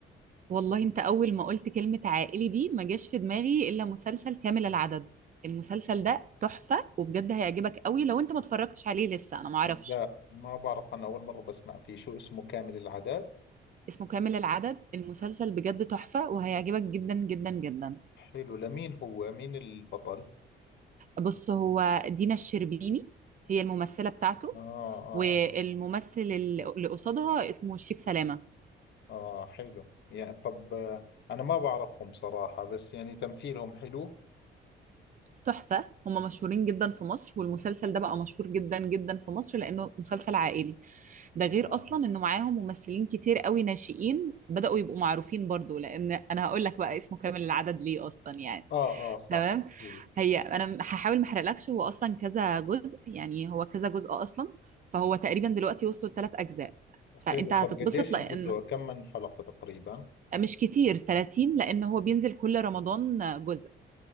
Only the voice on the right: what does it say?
والله انت اول ما قلت كلمة عائلي دي ما جاش في دماغي الا مسلسل كامل العدد المسلسل ده تحفة وبجد هيعجبك قوي لو انت ما اتفرجتش عليه لسه انا ما اعرفش
اسمه كامل العدد المسلسل بجد تحفة وهيعجبك جدا جدا جدا
بص هو دينا الشربيني هي الممثلة بتاعته
والممثل اللي قصادها اسمه شريف سلامة
تحفة هم مشهورين جدا في مصر والمسلسل ده بقى مشهور جدا جدا في مصر لأنه مسلسل عائلي ده غير
أصلا إنه معاهم ممثلين كتير قوي ناشئين بدأوا يبقوا معروفين برضو لأن أنا هقول لك بقى اسمه كامل العدد ليه أصلا يعني
تمام
هي أنا م- هحاول ما أحرقلكش هو أصلا كذا جزء يعني هو كذا جزء أصلا فهو تقريبا دلوقتي وصلوا لثلاث أجزاء فأنت
هتتبسط
لأن
مش كتير 30 لأن هو بينزل كل رمضان جزء